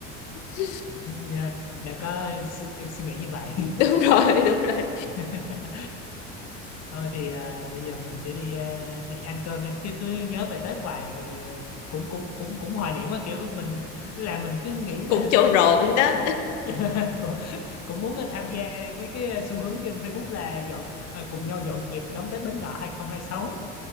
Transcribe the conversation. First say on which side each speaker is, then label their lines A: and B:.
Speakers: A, on the left; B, on the left.
A: <laughs>
B: Yeah, đã có suy, suy nghĩ như vậy
A: đúng rồi đúng rồi
B: <laughs> Thôi thì à, bây giờ mình sẽ đi à, đi ăn cơm nha chứ cứ nhớ về Tết hoài ừ, cũng cũng cũng cũng hoài niệm quá kiểu mình <laughs> là mình cứ nghĩ là
A: cũng trộn rộn
B: trời ơi
A: đó
B: Tết là <laughs> cũng, cũng muốn ờ, tham gia mấy cái xu hướng trên Facebook là dọn à, cùng nhau dọn dẹp đón Tết Bính Ngọ 2026